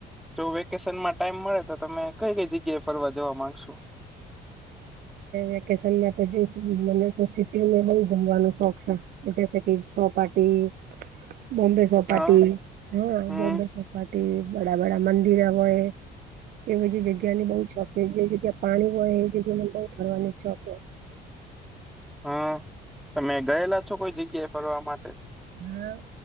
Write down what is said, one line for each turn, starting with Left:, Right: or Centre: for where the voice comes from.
Centre: જો વેકેશનમાં ટાઈમ મળે તો તમે કઈ કઈ જગ્યાએ ફરવા જવા માંગશો.
Right: વેકેશનમાં તો જોશું મને તો સિટી બો ગુમવાનો શોખ છે. <unintelligible> કે સોપાટી બોમ્બે સોપાટી
Centre: હા
Right: હા
Centre: હમ
Right: બોમ્બે સો ચોપાટી બડા બડા મંદિર આવે. એ બીજી જગ્યા ની બહુ જ શોખીન જે જગ્યાએ પાણી હોય એ જગ્યાને બહુ ફરવાની ઈચ્છા હોય.
Centre: હા તમે ગયેલા છો કોઈ જગ્યાએ ફરવા માટે.
Right: હા